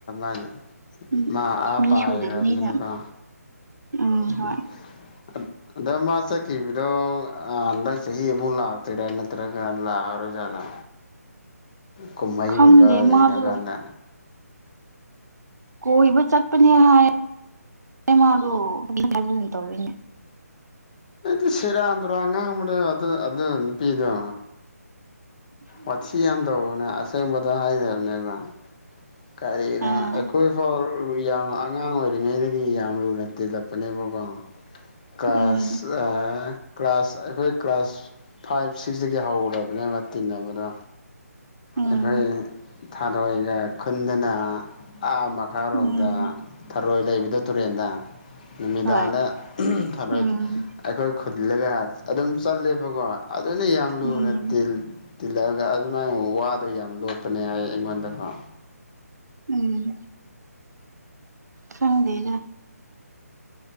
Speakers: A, on the left (about 30°); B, on the right (about 85°).
A: ꯑꯅꯤ
B: ꯎꯝ
A: ꯃꯥ ꯑ
B: ꯃꯤ
A: ꯄ
B: ꯁꯨꯗꯕꯅꯤꯅ
A: ꯈꯅ ꯀ
B: ꯎꯝ
A: ꯎꯝ
B: ꯍꯣꯏ
A: ꯑꯗ ꯃꯥ ꯆꯠꯈꯤꯕꯗꯣ ꯍꯟꯗꯛ ꯆꯍꯤ ꯑꯃꯨꯛ ꯂꯥꯛꯇꯣꯏꯔꯥ ꯅꯠꯇ꯭ꯔꯒ ꯂꯥꯛꯑꯔꯣꯏ ꯄꯨꯖꯥꯂ ꯀꯨꯝꯍꯩꯒꯨꯝꯕ
B: ꯈꯪꯗꯦ
A: ꯂꯩꯔꯀꯥꯟꯗ
B: ꯃꯥꯗꯣ ꯀꯣꯏꯕ ꯆꯠꯄꯅꯦ ꯍꯥꯏ ꯃꯥꯗꯣ ꯍꯥꯏꯕ ꯑꯗꯨ ꯇꯧꯋꯤꯅꯦ
A: ꯑꯗꯤ ꯁꯤꯦꯔꯥꯗꯨꯔꯣ ꯑꯉꯥꯡꯗ ꯑꯗꯨ ꯑꯗꯨ ꯅꯨꯄꯤꯗꯣ ꯑꯣꯠꯊ ꯌꯥꯝ ꯇꯧꯕꯅꯦ ꯑꯁꯦꯡꯕꯗ ꯍꯥꯏꯅꯦꯕꯅꯦꯕ ꯀꯔꯤꯒꯤ
B: ꯑꯥ
A: ꯑꯩꯈꯣꯏ ꯐ ꯌꯥꯝ ꯑꯉꯥꯡ ꯑꯣꯏ ꯄꯔꯤꯉꯩꯗꯒꯤ ꯌꯥꯝ ꯂꯨꯅ ꯇꯤꯜꯂꯛꯄꯅꯦꯕꯀꯣꯥꯁ
B: ꯎꯝ
A: ꯀ꯭ꯂꯥꯁ ꯑꯩꯈꯣꯏ ꯀ꯭ꯂꯥꯁ ꯐꯥꯏꯚ ꯁꯤꯛꯁꯇꯒꯤ ꯍꯧꯔꯕꯅꯦꯕ ꯇꯤꯟꯅꯕꯗꯣ
B: ꯎꯝ
A: ꯑꯩꯈꯣꯏ ꯊꯥꯔꯣꯏꯒ ꯈꯨꯟꯗꯅ ꯑꯥ ꯃꯈꯥꯔꯣꯝꯗ
B: ꯎꯝ
A: ꯊꯔꯣꯏ ꯂꯩꯕꯗ ꯇꯨꯔꯦꯟꯗ ꯅꯨꯃꯤꯗꯥꯡꯗ
B: ꯍꯣꯏ
A: ꯊꯔꯛꯏ
B: ꯎꯝ
A: ꯑꯩꯈꯣꯏ ꯈꯨꯜꯂꯒ ꯑꯗꯨꯝ ꯆꯠꯂꯦꯕꯀꯣ ꯑꯗꯨꯅ ꯌꯥꯝ
B: ꯎꯝ
A: ꯂꯨꯅ ꯇꯤꯟ ꯇꯤꯜꯂꯔꯒ ꯑꯗꯨꯃꯥꯏꯅ ꯋꯥꯗ ꯌꯥꯝ ꯂꯣꯠꯄꯅꯦ ꯍꯥꯏ ꯑꯩꯉꯣꯟꯗꯀꯣ
B: ꯎꯝ ꯊꯪꯗꯗ